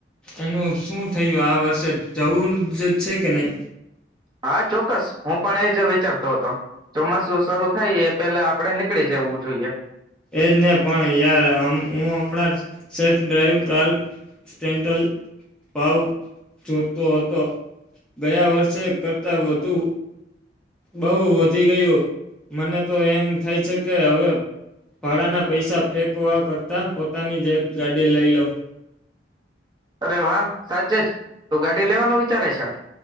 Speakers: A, in the centre; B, on the right.
A: એનું શું થયું, આ વર્ષે જવું જ છે કે નહી?
B: હા ચોક્કસ હું પણ એજ વિચારતો હતો. ચોમાસું શરૂ થાય એ પેલા આપડે નીકળી જવું જોઈએ.
A: એજ ને, પણ યાર અમ હું હમણાં સેલ્ફ ડ્રાઈવ કાર સેન્ટલ ભાવ જોતો હતો. ગયા વર્ષે કરતા વધુ બહુ વધી ગયું, મને તો એમ થાય છે કે હવે ભાડાના પૈસા ફેંકવા કરતા પોતાની જ એક ગાડી લઈ લઉં.
B: અરે વાહ, સાચે જ. તું ગાડી લેવાનો વિચારે છે?